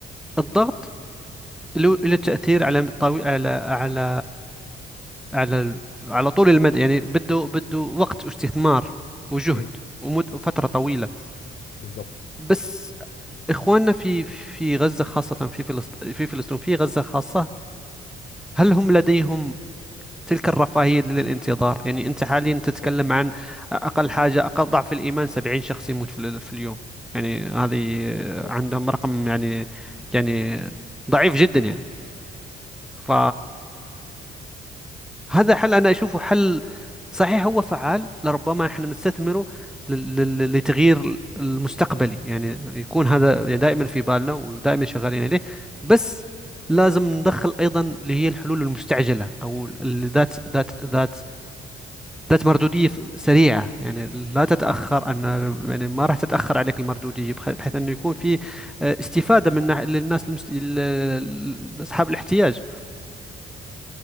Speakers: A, in the centre; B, on the left (about 55°).
A: الضغط له له تأثير على طوي على على على على طول المدى يعني بده بده وقت واستثمار وجهد
B: مم.
A: ومد وفترة طويلة
B: بالظبط
A: بس إخواننا في في غزة خاصة في فلسطين في فلسطين في غزة خاصة هل هم لديهم تلك الرفاهية للانتظار يعني أنت حاليا تتكلم
B: لا
A: عن أقل حاجة أقل ضعف الإيمان 70 شخص يموت في ال- في اليوم يعني هذه
B: بالظبط
A: عندهم رقم يعني يعني ضعيف جدا يعني ف هذا حل أنا أشوفه حل صحيح هو فعال لربما احنا نستثمره لل- لل- لتغيير المستقبلي يعني يكون هذا يعني دائما في بالنا ودائما شغالين عليه بس لازم ندخل أيضا اللي هي الحلول المستعجلة أو اللي ذات ذات ذات ذات مردودية ف- سريعة يعني لا تتأخر أن يعني ما راح تتأخر عليك المردودية بخ- بحيث أنه يكون في آه، استفادة من ناح- للناس المست... ال- ال- أصحاب الاحتياج